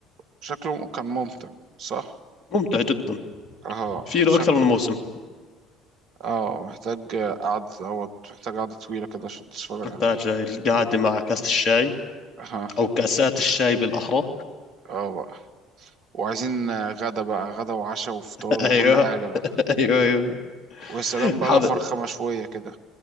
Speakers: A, on the right (about 60°); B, on the left (about 50°).
A: شكله كان ممتع صح
B: ممتع جدا
A: اه
B: في له
A: شكل
B: اكثر من موسم
A: اه محتاج قعدة دوت محتاج قعدة طويلة كده عشان تتفرج
B: نحتاج
A: عليه
B: هاي القعدة مع كاسة الشاي
A: <laughs>
B: أو كاسات
A: اه
B: الشاي بالأحرى
A: اه بقى وعايزين غدا بقى غدا وعشاء وفطار
B: <laughs>
A: وكل
B: أيوه
A: حاجة بقى
B: أيوه أيوه
A: ويا سلام بقى
B: حاضر
A: لو فرخة مشوية كده